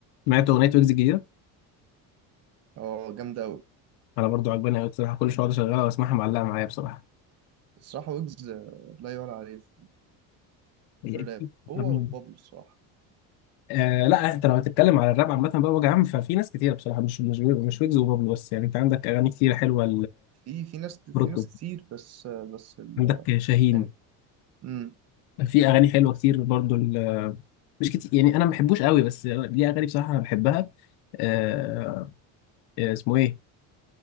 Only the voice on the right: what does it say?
اه جامدة أوي
الصراحة ويجز آه، لا يعلى عليه في
في
الراب هو
وبابلو الصراحة
في في ناس في
ناس كتير بس آه، بس ال
يعني امم